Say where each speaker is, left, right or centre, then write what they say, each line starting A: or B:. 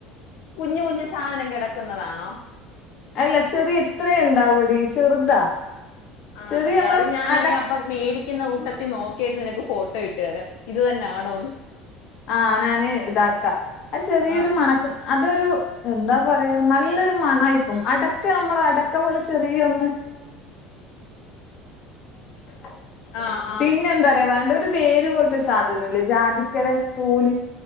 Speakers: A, on the left (about 75°); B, on the left (about 50°).
A: കുഞ്ഞു കുഞ്ഞു സാധനം കിടക്കുന്നതാണോ.
B: അല്ല ചെറിയ ഇത്രഇണ്ടാവോടി ചെറുതാ.
A: ആണല്ലേ
B: ചെറിയ നമ്മളെ
A: അത് ഞാനഅപ്പം-
B: അട
A: മേടിക്കുന്ന
B: ഉരുള
A: കൂട്ടത്തിൽ നോ- കേട്ട് നിനക്ക് ഫോട്ടോ ഇട്ട് തരാം ഇത് തന്നാണോന്നു.
B: ആ ഞാന് ഇതാക്കാം, ആഹാ ചെറിയൊരു
A: ആഹ്
B: മണക്ക അതൊരു. എന്താ പറയാ നല്ലൊരു മണാ- ആയിക്കും അടക്ക നമ്മള അടക്ക പോലെ ചെറിയൊന്ന്. <inaudible>
A: ആഹ് ആഹ്
B: പിന്നെ എന്താ പറയാ വേണ്ട ഒരു വേര് പോലത്തെ സാധനല്ലേ ജാതിക്കര തോല്.